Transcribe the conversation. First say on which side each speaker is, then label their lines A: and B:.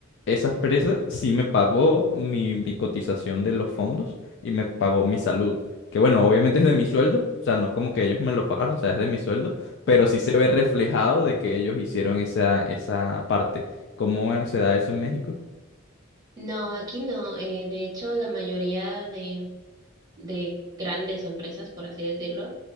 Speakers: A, on the left; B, on the right.
A: esa empresa sí me pagó mi, mi cotización de los fondos y me pagó mi salud. Que bueno, obviamente es de mi sueldo, o sea, no es como que ellos me lo pagaron, o sea, es de mi sueldo, pero sí se ve reflejado de que ellos hicieron esa, esa parte. ¿Cómo eh, se da eso en México?
B: No, aquí no. eh, de hecho, la mayoría de, de grandes empresas, por así decirlo,